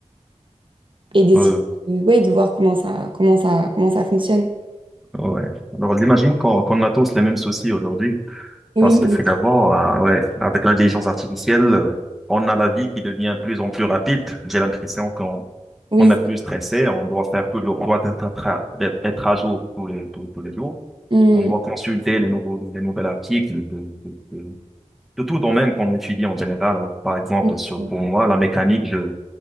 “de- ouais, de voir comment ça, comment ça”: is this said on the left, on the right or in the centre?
Right